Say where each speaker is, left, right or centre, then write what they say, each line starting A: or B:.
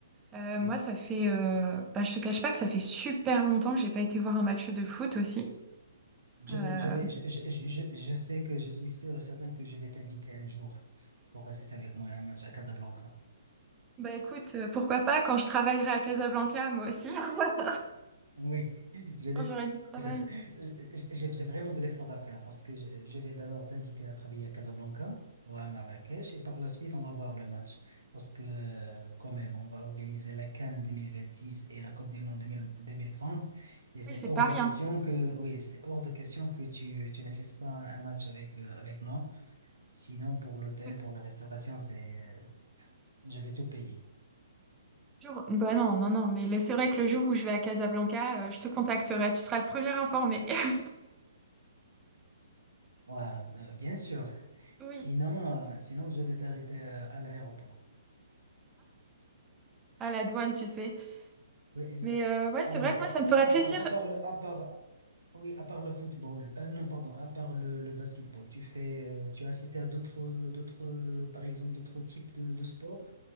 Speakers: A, on the right; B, on the right.
A: Euh, moi,
B: Oui.
A: ça fait, euh, bah, je te cache pas que ça fait super longtemps que j'ai pas été voir un match de foot aussi.
B: Je
A: Euh,
B: vais, je vais, je, je, je, je je sais que je suis sûr et certain que je vais t'inviter un jour pour assister avec moi à un match à Casablanca.
A: bah écoute, euh, pourquoi pas quand je travaillerai à Casablanca, moi aussi, <laughs>
B: Oui, j'ai des-
A: quand j'aurai du travail.
B: j'ai j'ai- j'ai vraiment de l'effort à faire parce que je, je vais d'abord t'inviter à travailler à Casablanca ou à Marrakech et par la suite on va voir le match parce que euh, quand même on va organiser la CAN 2026 et la Coupe du Monde 2000 2030 et c'est
A: Oui, c'est
B: hors
A: pas
B: de
A: rien.
B: question que oui c'est hors de question que tu, tu n'assistes pas à un match avec, euh, avec moi sinon pour l'hôtel
A: Écoute,
B: pour la restauration c'est euh, je vais tout payer.
A: le jour- Bah non, non, non, mais là, c'est vrai que le jour où je vais à Casablanca, euh, je te contacterai, tu seras le premier informé. <laughs>
B: Ouais, euh, bien sûr.
A: Oui.
B: Sinon, euh, sinon je vais t'arrêter euh, à l'aéroport.
A: <laughs> à la douane, tu sais.
B: Oui, exa-
A: Mais euh, ouais,
B: Alors,
A: c'est vrai que moi,
B: euh, euh,
A: ça me ferait
B: à
A: plaisir.
B: part, à part le, à part, oui, à part le football, euh, non, pardon, à part le, le basketball, tu fais, euh, tu as assisté à d'autres, d'autres, euh, par exemple, d'autres types de, de sports,